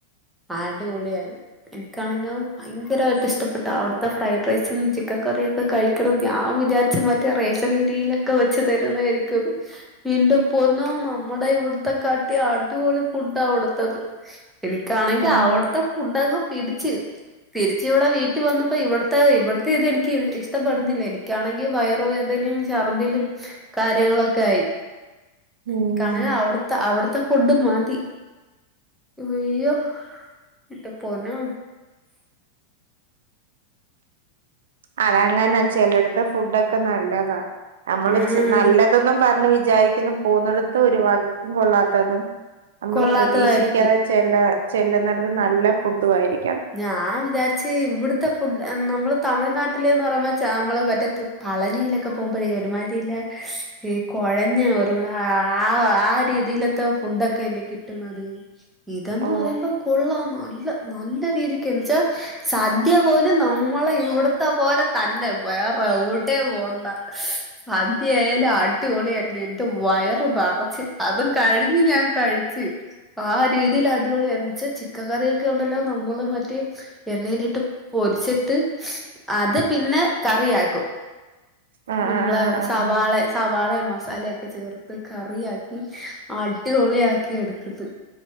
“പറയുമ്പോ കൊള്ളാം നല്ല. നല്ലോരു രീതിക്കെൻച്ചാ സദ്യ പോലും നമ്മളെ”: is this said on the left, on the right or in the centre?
Centre